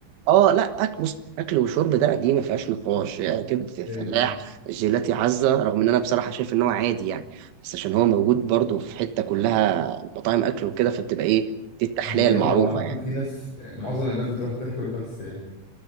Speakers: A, on the right (about 80°); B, on the left (about 35°).
A: اه لا اكل بص اكل وشرب ده دي ما فيهاش نقاش يا كبده الفلاح
B: هي يعني
A: جيلاتي عزه رغم ان انا بصراحه شايف ان هو عادي يعني بس عشان هو موجود برضه في حته كلها مطاعم اكل وكده فبتبقى ايه دي التحليه
B: ما هي
A: المعروفه
B: أه وعامة
A: يعني
B: في ناس يعني معظم الناس بتروح تاكل بس يعني